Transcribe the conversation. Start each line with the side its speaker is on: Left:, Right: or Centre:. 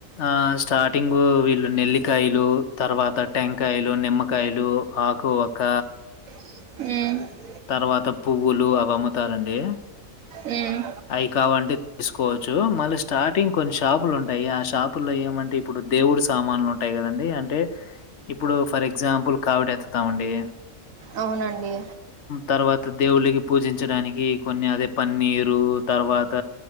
Left: ఆ స్టార్టింగ్ వీళ్ళు నెల్లికాయలు తర్వాత టెంకాయలు, నిమ్మకాయలు, ఆకు, వక్క
Right: ఉ
Left: తర్వాత పువ్వులు అవి అమ్ముతారండి
Right: మ్మ్
Left: అయి కావు వంటె తీసు కోవచ్చు మళ్ళీ స్టార్టింగ్ కొన్ని షాపులు ఉంటాయి ఆ షాపు లో ఏమంటే ఇప్పుడు దేవుడు సామాన్లు ఉంటాయి కదండి అంటే ఇప్పుడు ఫర్ ఎగ్జా ఎగ్జాంపుల్ కావిడెత్తుతామండి
Right: అవునండి
Left: తర్వాత దేవుళ్ల కి పూజించడానికి కొన్ని అదే పన్నీర్ లు తర్వాత